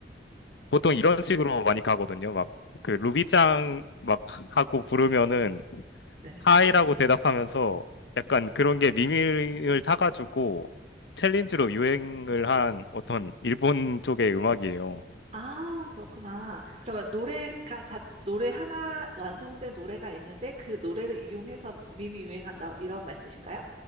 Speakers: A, on the left; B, on the right.
A: 보통 이런 식으로 많이 가거든요. 막, 그, 루비짱 막 하고 부르면은,
B: 네.
A: 하이라고 대답하면서, 약간 그런 게 미밀을 타가지고, 챌린지로 유행을 한 어떤 일본 쪽의 음악이에요.
B: 아, 그렇구나. 그러면 노래가 자, 노래 하나 완성된 노래가 있는데 그 노래를 이용해서 밈이 유행한다 이런 말씀이신가요?